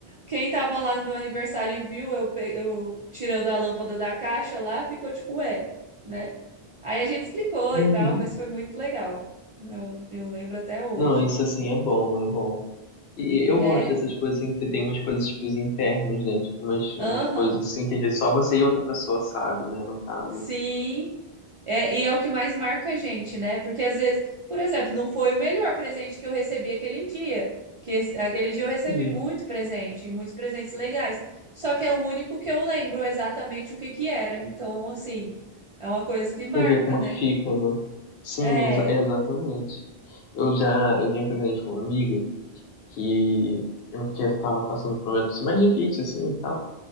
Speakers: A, on the right (about 55°); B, on the left (about 80°).
A: quem tava lá no meu aniversário e viu eu, pe- eu tirando a lâmpada da caixa lá, ficou tipo, ué, né? Aí a gente explicou
B: Uhum.
A: e tal, mas foi muito legal. Eu, eu lembro até hoje.
B: Não, isso assim é bom, é bom. E
A: É,
B: eu gosto dessas coisas assim, que você tem umas coisas tipo internas, né? Tipo, umas, umas
A: aham.
B: coisas assim que às vezes só você e outra pessoa sabe, né? No caso.
A: Sim, é, e é o que mais marca a gente, né? Porque às vezes, por exemplo, não foi o melhor presente que eu recebi aquele dia, que esse- aquele dia eu recebi
B: E
A: muito presente, muitos presentes legais, só que é o único que eu lembro exatamente o que que era. Então, assim, é uma coisa que marca,
B: você vê como
A: né?
B: que fica, né? Sim,
A: É,
B: exa- é exatamente. Eu já, eu dei um presente com um amigo que eu que estava passando por momentos mais difíceis, assim, tá